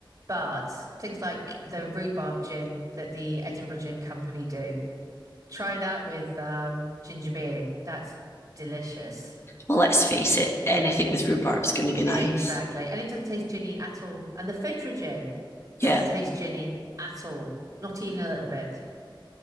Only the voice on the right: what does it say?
but things like the rhubarb gin that the Edinburgh Gin Company do, try that with um, ginger beer. That's delicious.
Exactly.
And it doesn't taste ginny at all. And the Fidra gin doesn't
taste ginny at all, not even a little bit.